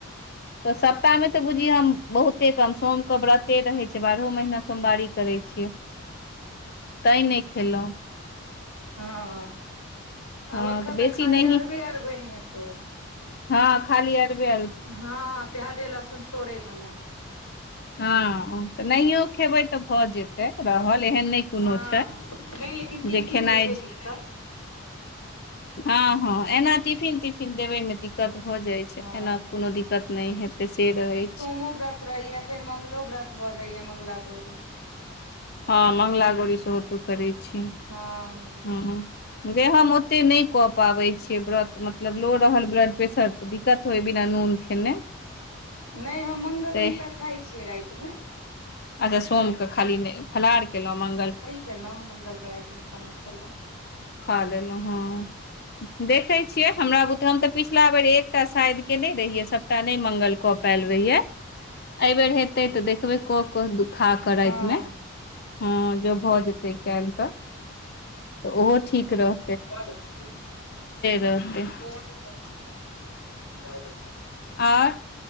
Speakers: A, on the left (about 45°); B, on the left (about 85°).
A: तऽ सप्ताहमे मे तऽ बुझी हम, बहुते कम सोम क व्रत ते रहै छै, बारहो महीना सोमवारी करै छियै, तैंय नहि खेलहुं।
B: हँ
A: हँ
B: आब एखन तऽ
A: बेसी
B: खाली
A: नहिये
B: अरबे अरबनि हेतौ।
A: हँ खाली अरबे- आर
B: हँ प्याजे लहसुन छोड़े बला।
A: हँ--ह तऽ नहियो खेबै तऽ भऽ जेतैय रहल एहन नहि कोनो
B: हँ
A: छै
B: नहि लेकिन टिफिन
A: जे खेनाइ
B: मे छै दिक्कत।
A: हँ- हँ, एना टिफिन- तिफिन देबैय मे दि दिक्कत भए जाय छै,
B: हँ
A: एना कोनो दिक्कत नहि हेते से रहै छै।
B: मोव्रत रहैया। फेर मंगलो व्रत भऽ जाइया, मंगला गौरी।
A: हाँ मंगल गोरी सेहो तु करै छी,
B: हँ
A: हुँ-हुॅ। गे हम ओतेक नय कऽ पाबैय छियै व्रत मतलब लो रहल ब्लड प्रेशर दिक्कत होइ बिना नोन खेने।
B: नय हम मंगल
A: तऽ
B: दिनका खाइ छियै रातिमे।
A: अच्छा सोमके खाली नय फलहार केलहुँ मंगल
B: केलहुॅं मंगलके रातिमे खाना खेलहुॅं।
A: खा लेलहुँ हाँ, देखै छियै हमरा बुते हम त पिछला बेर एकटा शायद केने रहियै सभटा नय मंगल कऽ पैएल रहियै। अहि बेेर हेतै त देखबै कऽ क दु खाकऽ रातिमे
B: हँ
A: हाँ जौं भ जेतय केएल त, त ओहो ठीक रह
B: <inaudible>
A: रहतै आर